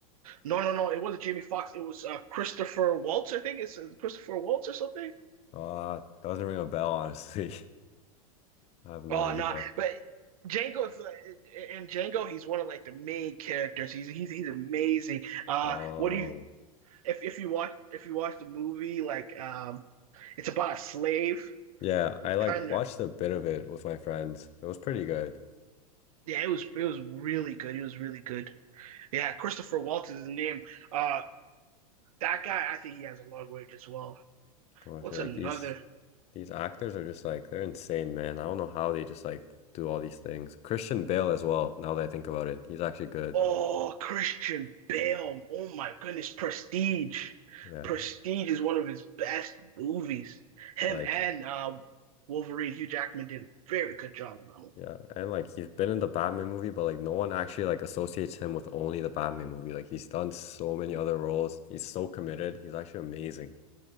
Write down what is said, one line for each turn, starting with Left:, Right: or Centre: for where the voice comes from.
Right: No, no, no. It wasn't Jamie Foxx. It was uh, Christopher Waltz. I think it's uh, Christopher Waltz or something.
Left: Uh, doesn't ring a bell, honestly. <laughs> I have no
Right: Oh
Left: idea.
Right: no, nah, but Django is like- in Django, he's one of like the main characters. He's he's he's amazing. Uh,
Left: Oh,
Right: what do you if if you watch if you watch the movie like um, it's about a slave
Left: yeah.
Right: who's
Left: I like
Right: trying
Left: watched
Right: to
Left: a bit of it with my friends. It was pretty good.
Right: Yeah, it was it was really good. It was really good. Yeah, Christopher Waltz is his name. Uh, that guy, I think he has a long range as well.
Left: Honestly,
Right: What's
Left: like
Right: another?
Left: these. These actors are just like they're insane, man. I don't know how they just like do all these things. Christian Bale as well, now that I think about it. He's actually good.
Right: Oh, Christian Bale. Oh my goodness, Prestige.
Left: Yeah.
Right: Prestige is one of his best movies. Him
Left: Like
Right: and uh, Wolverine, Hugh Jackman did a very good job on that one.
Left: yeah, and like he's been in the Batman movie, but like no one actually like associates him with only the Batman movie. Like he's done so many other roles. He's so committed. He's actually amazing.